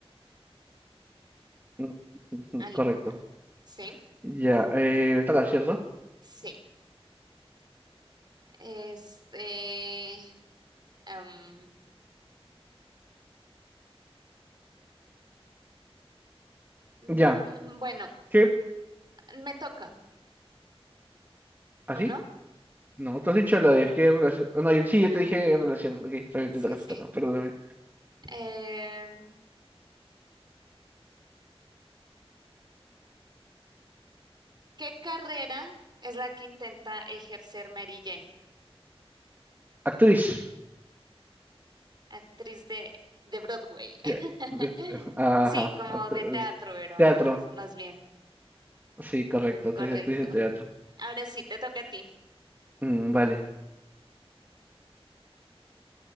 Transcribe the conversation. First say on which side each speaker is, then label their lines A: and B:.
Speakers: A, on the right; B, on the right.
A: <laughs> mm, ujú,
B: Aló.
A: correcto.
B: Sí,
A: Ya, eh, me toca, ¿cierto?
B: sí. Este, em, mm,
A: Ya,
B: mm, mm, bueno,
A: ¿qué?
B: me toca,
A: ¿Así?
B: ¿o no?
A: No, tú has dicho la de qué relación. ah, No, yo- sí, yo te dije relación. Ok, está bien,
B: Sí,
A: te toca,
B: sí.
A: te toca, perdóname.
B: Em, ¿qué carrera es la que intenta ejercer Mary Jane,
A: Actriz.
B: actriz de, de Broadway? <laughs>
A: Te- Ajá.
B: Sí, como
A: art-
B: de teatro, pero
A: Teatro.
B: más, más bien.
A: Sí, correcto.
B: Correcto.
A: te- Actriz de teatro.
B: Ahora sí, te toca a ti.
A: Mm, vale.